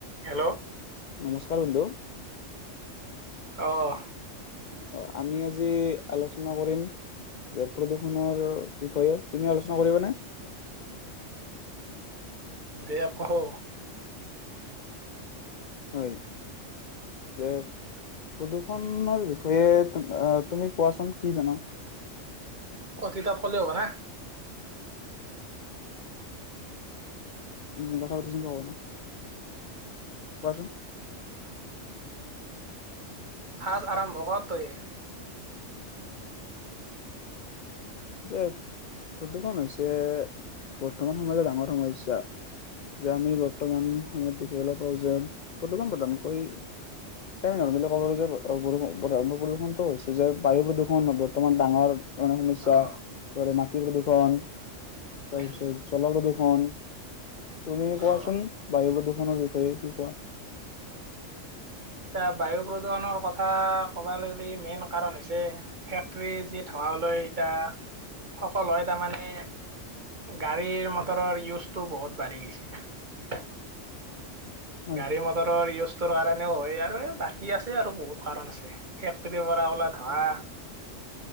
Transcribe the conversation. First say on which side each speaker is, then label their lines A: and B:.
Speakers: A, on the right; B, on the left.
A: Hello!
B: নমস্কাৰ বন্ধু।
A: অহ।
B: অ, আমি আজি আলোচনা কৰিম যে প্ৰদূষণৰ বিষয়ে তুমি আলোচনা কৰিবানে?
A: দে কও।
B: হয় যে প্ৰদূৰ্ষণৰ বিষয়ে তুমি কোৱাচোন কি জানা?
A: কথিতা পলে হ'ব নে?
B: নি কথা পাতি চ পাব ন <unintelligible> কোৱাচোন
A: ফাজ আৰম্ভ কৰ তয়ে।
B: যে প্ৰৰ্দুষণ হৈছে বৰ্তমান সময়ত ডাঙৰ সমস্যা। যে আমি বৰ্তমান সময়ত দেখিবলৈ পাওঁ যে প্ৰৰ্দুষণ প্ৰধানকৈ যে আমি নৰ্মেল ক'ব গ'লে যে প্ৰৰ্দুষণটো হৈছে যে বায়ু প্ৰৰ্দুষণ বৰ্তমান ডাঙৰ ডাঙৰ সমস্যা।
A: অ
B: ত' মাটি প্ৰদূৰ্ষণ তাৰপিছ
A: উম
B: জল প্ৰদূৰ্ষণ তুমি কোৱাচোন
A: অ
B: বায়ু প্ৰদুৰ্ষণৰ বিষয়ে কি কোৱা?
A: এতিয়া বায়ু প্ৰদূৰ্ষণৰ কথা ক'ব লি মেইন কাৰণ হৈছে, ফেক্টৰী যি ধোঁৱা লৈ এতিয়া সকলো হয়। তাৰমানে গাড়ীৰ মটৰৰ ইউজটো বহুত বাঢ়ি গৈছে।
B: হয়
A: গাড়ী মটৰৰ ইউজ তোৰ কাৰণে সনে হয় আৰু বাকী আছে আৰু বহুত কাৰণ আছে। ফেক্টৰীৰ পৰা ওলোৱা ধোঁৱা